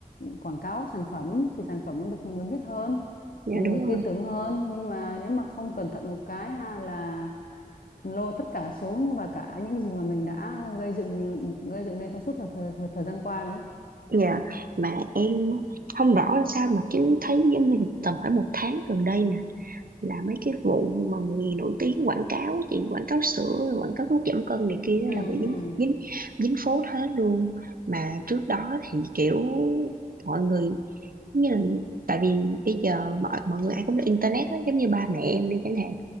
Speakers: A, on the left; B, on the right.
A: quảng cáo sản phẩm thì sản phẩm được nhiều người biết hơn
B: dạ
A: nhiều
B: đúng
A: người tin
B: rồi
A: tưởng hơn nhưng mà nếu mà không cẩn thận một cái ha là lôi tất cả xuống và cả những gì mà mình đã gây dựng gây dựng lên trong suốt thời, thời, thời, thời gian qua nữa
B: dạ mà em không rõ là sao mà chứ thấy giống như tầm phải một tháng gần đây nè là mấy cái vụ mà người nổi tiếng quảng cáo á chị quảng cáo sữa rồi quảng cáo thuốc giảm cân này kia á
A: ừ
B: là bị dính
A: ừ
B: dính dính phốt hết luôn mà trước đó thì kiểu mọi người giống như là tại vì bây giờ mọi mọi người ai cũng là internet hết giống như ba mẹ em đi chẳng hạn